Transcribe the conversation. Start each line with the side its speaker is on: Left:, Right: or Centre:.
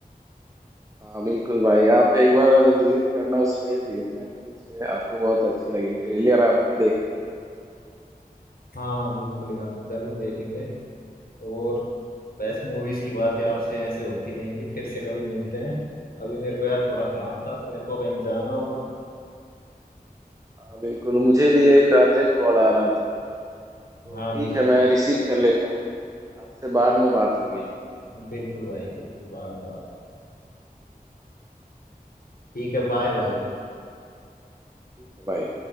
Right: हाँ बिल्कुल भाई आप एक बार विजिट करना उस पे नेटफ्लिक्स पे आपको बहुत अच्छी लगी ट्रेलर आपने देखना
Left: हाँ बिल्कुल यार जरूर देखेंगे और बेस्ट मूवीज की बातें आपसे ऐसे होती रहेंगी फिर से कभी मिलते हैं अभी मेरे को यार थोड़ा काम था तो मेरे को कहीं जाना होगा
Right: हाँ बिल्कुल मुझे भी एक अर्जेंट कॉल आ रहा था तो
Left: हाँ
Right: ठीक
Left: बिल्कुल
Right: है मैं रिसीव कर लेता हूँ आपसे बाद में बात होगी फिर
Left: बिल्कुल भाई बिल्कुल बाद में बात करते हैं ठीक है बाय भाई
Right: ठीक है बाय